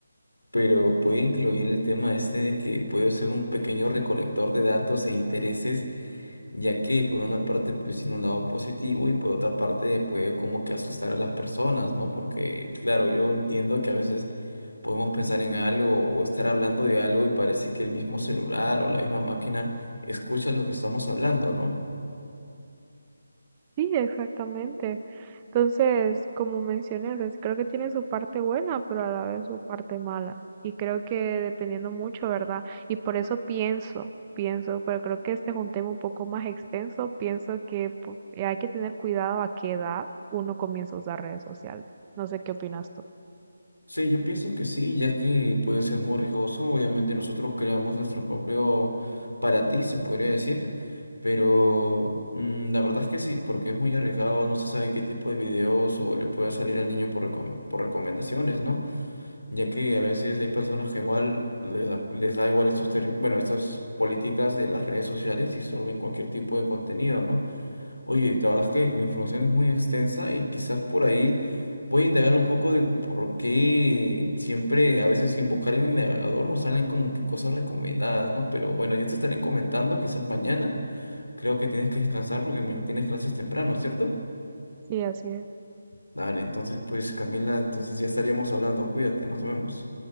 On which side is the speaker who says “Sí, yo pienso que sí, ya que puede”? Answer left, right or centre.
Left